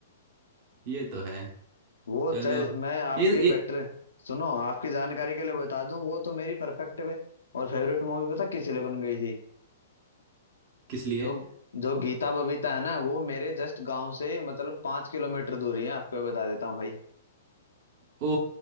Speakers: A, on the right; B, on the left.
A: ये तो है
B: वो
A: चलो
B: चाहे मैं आपकी
A: ये ये
B: बेटर सुनो आपकी जानकारी के लिए बता दूं वो तो मेरी परफेक्ट और फेवरेट मूवी पता किस लिए बन गई थी
A: किस लिए
B: जो जो गीता बबीता है ना वो मेरे जस्ट गांव से मतलब पांच किलोमीटर दूरी है आपको ये बता देता हूँ भाई
A: ओ